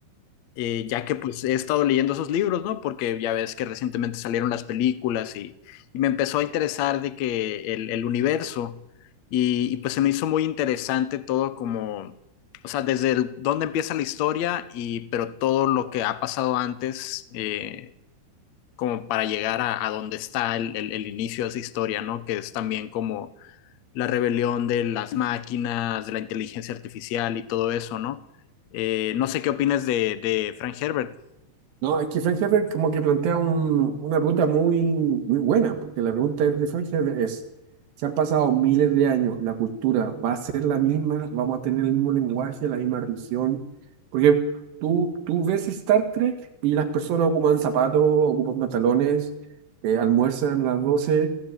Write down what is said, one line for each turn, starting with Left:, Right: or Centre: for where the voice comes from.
Left: eh, ya que pues he estado leyendo esos libros, ¿no? Porque ya ves que recientemente salieron las películas y, y me empezó a interesar de que el, el universo y, y pues se me hizo muy interesante todo como, o sea, desde el- dónde empieza la historia y pero todo lo que ha pasado antes, eh, como para llegar a, a donde está el, el, el, inicio de esa historia, ¿no? Que es también como la rebelión de las máquinas, de la inteligencia artificial y todo eso, ¿no? Eh, no sé qué opinas de, de Frank Herbert.
Right: No, es que Frank Herbert como que plantea un- una pregunta muy, muy buena, porque la pregunta es de Frank Herbert es, se han pasado miles de años, ¿la cultura va a ser la misma? ¿Vamos a tener el mismo lenguaje, la misma religión? Porque tú, tú ves Star Trek y las personas ocupan zapatos, ocupan pantalones, eh, almuerzan a las 12